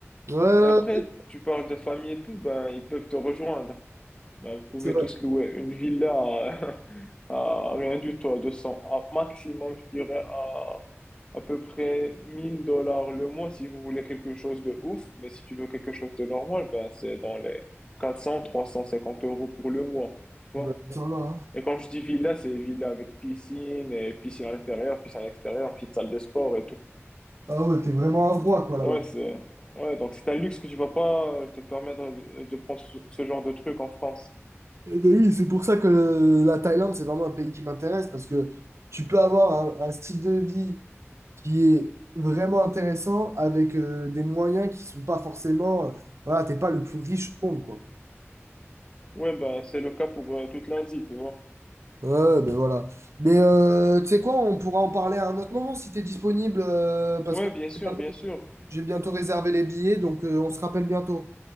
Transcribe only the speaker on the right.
Ouais, ouais,
ouais,
c'est vrai.
Bah, ça va, hein.
Ah ouais, t'es vraiment un roi quoi là-bas.
Eh ben oui, c'est pour ça que euh, la Thaïlande, c'est vraiment un pays qui m'intéresse parce que tu peux avoir un, un style de vie. qui est vraiment intéressant avec euh, des moyens qui sont pas forcément. euh, voilà, t'es pas le plus riche au monde, quoi.
Ouais, ben voilà. Mais euh, tu sais quoi, on pourra en parler à un autre moment si t'es disponible, euh, parce
que
j'ai bientôt
j'ai bientôt réservé les billets, donc euh, on se rappelle bientôt.